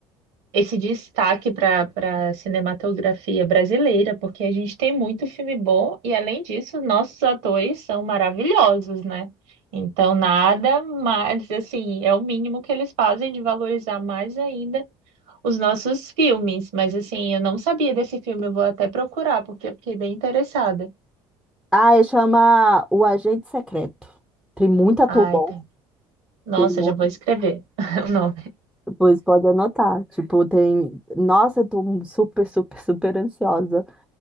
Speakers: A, on the right; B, in the centre.
A: esse destaque para para cinematografia brasileira, porque a gente tem muito filme bom e, além disso, nossos atores são maravilhosos, né? Então, nada mais, assim, é o mínimo que eles fazem de valorizar mais ainda os nossos filmes. Mas, assim, eu não sabia desse filme, eu vou até procurar, porque eu fiquei bem interessada.
B: Ah, e chama O Agente Secreto. Tem muito ator
A: Ai,
B: bom.
A: tá. Nossa,
B: Tem, mu-
A: já vou escrever <laughs> o nome.
B: pois pode anotar. Tipo, tem. Nossa, eu tô super, super, super ansiosa.